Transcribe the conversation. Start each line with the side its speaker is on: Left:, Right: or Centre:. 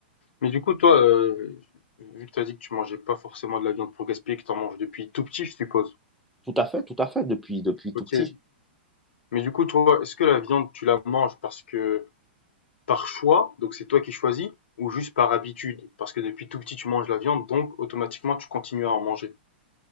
Left: Mais du coup, toi, euh, vu que tu as dit que tu mangeais pas forcément de la viande pour gaspiller, que tu en manges depuis tout petit, je suppose.
Centre: Tout à fait, tout à fait, depuis, depuis
Left: Ok.
Centre: tout petit.
Left: Mais du coup, toi, est-ce que la viande, tu la manges parce que par choix, donc c'est toi qui choisis, ou juste par habitude? Parce que depuis tout petit, tu manges la viande, donc automatiquement, tu continues à en manger.